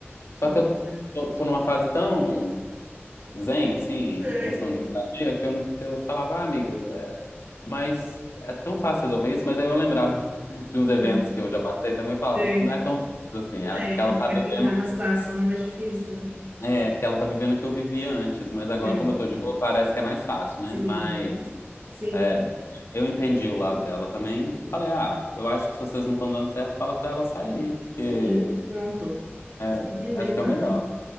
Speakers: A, on the left (about 80°); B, on the right (about 45°).
A: Só
B: Tá
A: que
B: bom,
A: eu
B: né?
A: tô, tô numa fase tão zen, assim, em
B: Sei,
A: questão de moradia, que eu, não- que eu falava, ah, amiga, é, mas é tão fácil resolver isso. Mas aí eu lembrava <laughs> de uns eventos
B: Hum,
A: que eu já passei também, eu falava,
B: sei.
A: não é tão simples assim,
B: Não
A: ela,
B: é.
A: porque ela tá
B: Para
A: vivendo
B: quem está na situação é mais difícil, né?
A: É, porque ela tá vivendo o que eu vivia antes, mas agora,
B: Sei.
A: como eu tô de boa, parece que é mais fácil, né?
B: Sim,
A: Mas
B: sim,
A: é, eu entendi o lado dela também e falei, ah, eu acho que se vocês não estão dando certo, fala pra ela sair, porque
B: sim. Pronto.
A: é,
B: Se render
A: acho que
B: mais.
A: é o melhor.